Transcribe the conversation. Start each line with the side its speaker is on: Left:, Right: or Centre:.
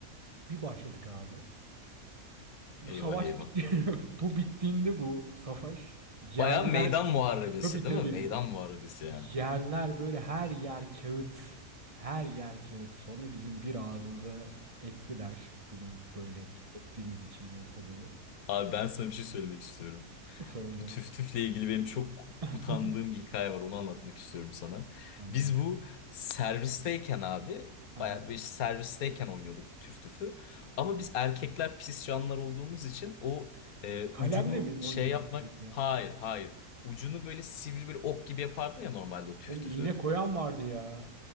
Right: Bir başladık abi. Bu
Left: Eyvah
Right: savaş
Left: eyvah.
Right: bitti. <laughs> Bu bittiğinde bu savaş. Yerler
Left: Baya meydan muharebesi
Right: tabii
Left: değil
Right: tabii.
Left: mi? Meydan muharebesi yani.
Right: Yerler böyle her yer kağıt. Her yer kağıt. Sonra bizim bir ağzımıza ettiler. Bunu böyle ettiğimiz için ortalığı.
Left: Abi ben sana bir şey söylemek istiyorum.
Right: Söyle.
Left: Bu tüf tüfle ilgili benim çok
Right: <laughs>
Left: utandığım bir hikaye var. Onu anlatmak istiyorum sana.
Right: Anlat.
Left: Biz bu servisteyken abi
Right: Aha.
Left: baya bir servisteyken oynuyorduk bu tüf tüfü. Ama biz erkekler pis canlar olduğumuz için o e,
Right: Kalemle
Left: ucunu
Right: mi oynuyordunuz
Left: şey yapmak
Right: peki ya?
Left: hayır hayır. Ucunu böyle sivri bir ok gibi yapardın ya normalde o tüf
Right: Oğlum iğne
Left: tüfü.
Right: koyan vardı ya.